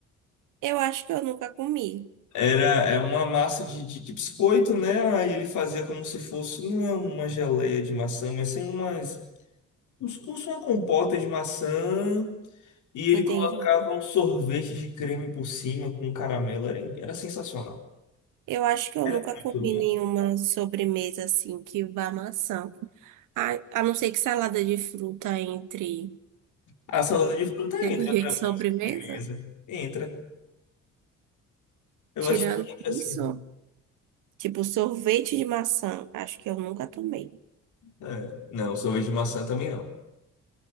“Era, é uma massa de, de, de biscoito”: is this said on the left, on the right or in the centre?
Left